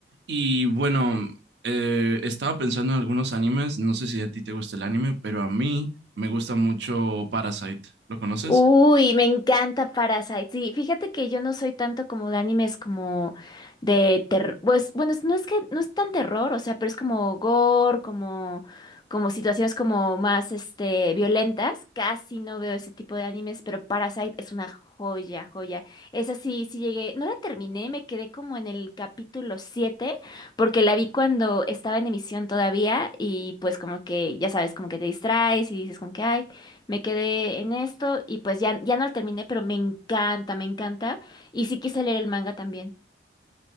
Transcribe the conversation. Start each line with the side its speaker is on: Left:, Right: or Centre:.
Right: Y bueno, eh, estaba pensando en algunos animes, no sé si a ti te gusta el anime, pero a mí me gusta mucho Parasite. ¿Lo conoces?
Left: Uy, me encanta Parasite. Sí, fíjate que yo no soy tanto como de animes como de terror. Pues bueno, es- no es que no es tan terror, o sea, pero es como gore, como como situaciones como más este violentas. Casi no veo ese tipo de animes, pero Parasite es una joya, joya. Esa sí, sí llegué, no la terminé, me quedé como en el capítulo 7 porque la vi cuando estaba en emisión todavía y pues como que ya sabes, como que te distraes y dices como que ay me quedé en esto y pues ya, ya no lo terminé, pero me encanta, me encanta. Y sí quise leer el manga también.